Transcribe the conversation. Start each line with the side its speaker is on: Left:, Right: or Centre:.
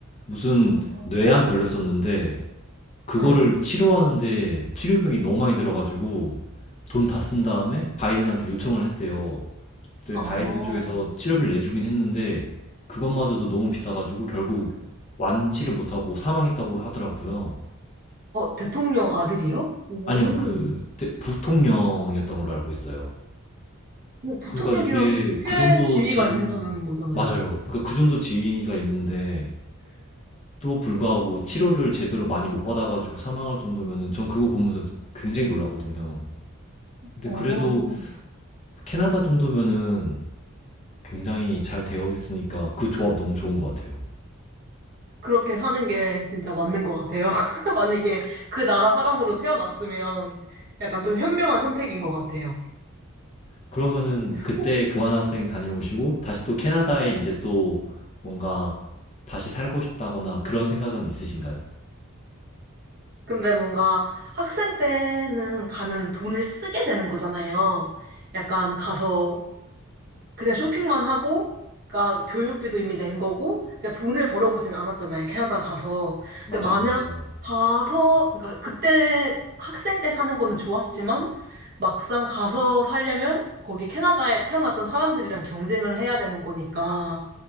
Left: 무슨
Right: 아,
Left: 뇌암 걸렸었는데, 그거를
Right: 응.
Left: 치료하는데 치료비용이 너무 많이 들어가지고, 돈 다 쓴 다음에 바이든한테 요청을 했대요. 그때
Right: 아, 어,
Left: 바이든 쪽에서 치료비를 내주긴 했는데 그것마저도 너무 비싸가지고 결국 완치를 못하고 사망했다고 하더라고요.
Right: 대통령 아들이요? 오.
Left: 아니요, 그 대- 부통령이었던 걸로 알고 있어요.
Right: 오, 부통령이라도
Left: 그러니까 이게
Right: 꽤
Left: 그 정도
Right: 지위가
Left: 지위는
Right: 있는 사람인 거잖아요.
Left: 맞아요. 그러니까 그 정도 지위가 있는데 또 불구하고 치료를 제대로 많이 못 받아가지고 사망할 정도면은 전 그거 보면서 굉장히 놀랐거든요. 근데
Right: 어,
Left: 그래도
Right: 어.
Left: 캐나다 정도면은 굉장히 잘 되어 있으니까 그 조합 너무 좋은 것 같아요.
Right: 그렇게 사는 게 진짜 맞는 것 같아요. <laughs> 만약에 그 나라 사람으로 태어났으면 약간 좀 현명한 선택인 것 같아요.
Left: 그러면은 그때
Right: 어?
Left: 교환학생 다녀오시고 다시 또 캐나다에 이제 또 뭔가 다시 살고 싶다거나 그런 생각은 있으신가요?
Right: 근데 뭔가 학생 때는 가면 돈을 쓰게 되는 거잖아요. 약간 가서 그냥 쇼핑만 하고, 그러니까 교육비도 이미 낸 거고, 그러니까 돈을 벌어보진 않았잖아요, 캐나다 가서.
Left: 맞아요,
Right: 근데 만약
Left: 맞아요.
Right: 가서, 그러니까 그때 학생 때 사는 거는 좋았지만, 막상 가서 살려면 거기 캐나다에 태어났던 사람들이랑 경쟁을 해야 되는 거니까,